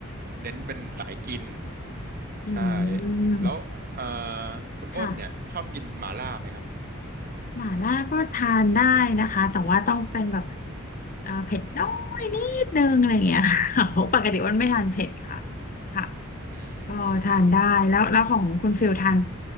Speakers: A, on the right; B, on the left.
A: เน้นเป็นสายกิน
B: อื
A: ใช่
B: ม
A: แล้วเอ่อคุณอ้นเนี่ยชอบกินหม่าล่าไหมครับ
B: ค่ะ หม่าล่าก็ทานได้นะคะแต่ว่าต้องเป็นแบบเอ่อเผ็ดน้อยนิดนึงอะไรอย่างเงี้ยค่ะ <laughs> โอ้ปกติอ้วนไม่ทานเผ็ดค่ะค่ะ
A: อืมอืม
B: ก็ทานได้แล้วแล้วของคุณฟิลทาน